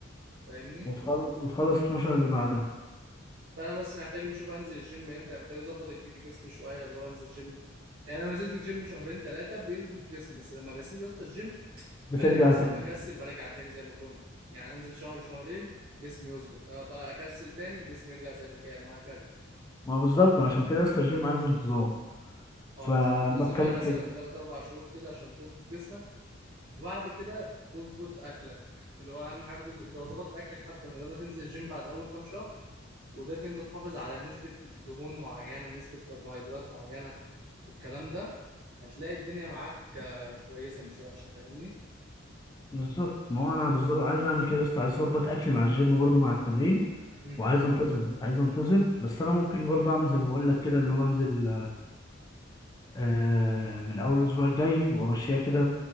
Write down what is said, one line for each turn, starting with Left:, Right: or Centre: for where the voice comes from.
Right: فاهمني
Left: وتخل... وتخلص 12 اللي بعدها
Right: فانا بس محتاج نشوف انزل الجيم امتى محتاج اظبط الج- الجسم شويه اللي هو انزل الجيم يعني انا لما نزلت الجيم شهرين ثلاثه بيظبط جسمي بس لما بسيب يا اسطى الجيم
Left: بترجع
Right: بلاقي نفسي
Left: تاني
Right: بكسل برجع تاني زي ما كنت يعني انزل شهر شهرين جسمي يظبط آه، بقى اكسل تاني جسمي يرجع زي ما كان وهكذا
Left: ما هو بالظبط ما عشان كده يا اسطى الجيم عايز انتظام
Right: اه
Left: فانا
Right: محتاج تنتظم
Left: بتكلم
Right: عليه مثلا
Left: كده
Right: 3 4 شهور كده عشان تظبط جسمك وبعد كده تظبط اكلك اللي هو اهم حاجه تظبط انت لو ظبطت اكلك حتى من غير ما تنزل الجيم بعد اول كام شهر وقدرت إن انت تحافظ على نسبه دهون معينه نسبه كربوهيدرات معينه والكلام ده هتلاقي الدنيا معاك آه، كويسه مش وحشه فاهمني
Left: بالظبط ما هو انا بالظبط عايز اعمل كده يا اسطى عايز اظبط اكلي مع الجيم برضو مع التمرين
Right: امم
Left: وعايز انتظم عايز انتظم بس انا ممكن برضو اعمل زي ما بقول لك كده اللي هو انزل آه من اول الاسبوع الجاي وامشيها كده